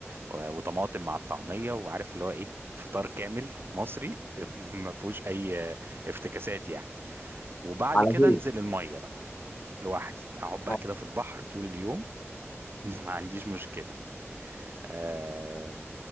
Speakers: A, on the right; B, on the left.
A: و- وطماطم مع الطعميه وعارف اللي هو ايه فطار كامل مصري <laughs> ما فيهوش اي افتكاسات يعني وبعد
B: على
A: كده
B: طول
A: انزل الميه بقى لوحدي اقعد بقى
B: اه
A: كده في البحر طول اليوم <laughs> ما عنديش مشكله آه